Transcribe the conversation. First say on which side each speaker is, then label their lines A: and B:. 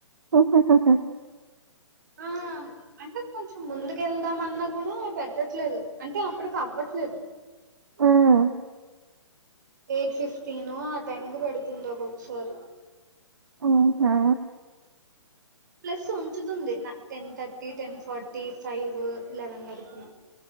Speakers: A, on the right (about 55°); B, on the right (about 40°).
A: ఓహాహహ
B: ఆ! అంటే కొంచెం ముందుకు వెళ్దా అన్నా కూడా పెట్టట్లేదు అంటే అప్పడుకి అవ్వట్లేదు
A: మ్మ్
B: ఎయిట్ ఫిఫ్టీను ఆ టైం కి పడుతుంది ఒక్కొక్కసారి
A: ఆఓహా
B: ప్లస్ ఉంచుతుంది నా ten thirty ten forty five eleven వరకు